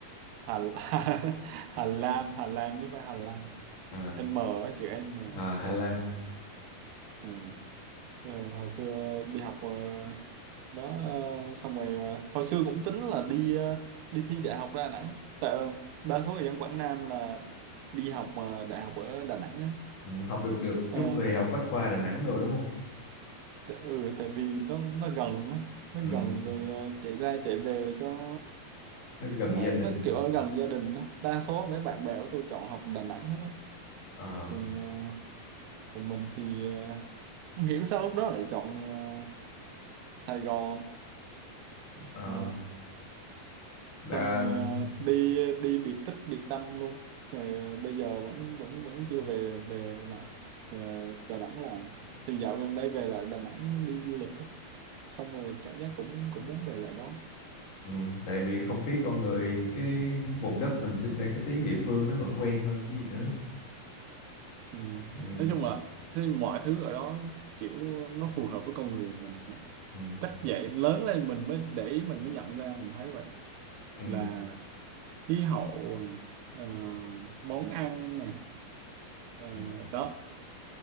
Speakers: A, on the right (about 85°); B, on the left (about 60°).
A: Hà, <laughs> Hà Lan. Hà Lan chứ không phải Hà Lan.
B: à,
A: N á, chữ N.
B: à
A: Ừ.
B: Hà Lan à.
A: Ừ. Ờ, hồi xưa đi học ờ, đó ờ, xong rồi ờ, hồi xưa cũng tính là đi ờ, đi thi đại học ra Đà Nẵng tại ờ, đa số người dân Quảng Nam là đi học mà đại học ở Đà Nẵng á
B: ừ, học được được
A: Ờ,
B: chút thì học Bách khoa Đà Nẵng rồi đúng không
A: t- ừ tại vì nó nó gần á nó
B: ừ
A: gần rồi ờ, chạy ra chạy về cho
B: nó gần
A: nó
B: gia đình
A: nó
B: à.
A: kiểu ở gần gia đình á đa số mấy bạn bè của tôi chọn học Đà Nẵng hết á
B: ờ
A: còn ờ, còn mình thì ờ, không hiểu sao lúc đó lại chọn ờ, Sài Gòn
B: ờ
A: Ờ,
B: là
A: xong rồi ờ, đi đi biệt tích biệt tâm luôn rồi ờ, bây giờ vẫn vẫn vẫn chưa về về lại ờ, Đà Nẵng làm thì dạo gần đây về lại Đà Nẵng đi du lịch á. xong rồi cảm giác cũng cũng muốn về lại đó
B: ừ, tại vì không khí con
A: ừ.
B: người cái vùng đất mình sinh ra cái tiếng địa phương nó vẫn quen hơn chứ gì nữa
A: Ừ.
B: ừ
A: nói chung là thế mọi thứ ở đó kiểu nó phù hợp với con người mình đó.
B: ừ
A: chắc vậy lớn lên mình mới để ý mình mới nhận ra mình thấy vậy
B: ừ,
A: là khí hậu ờ, món ăn nè Ờ,
B: ừ.
A: đó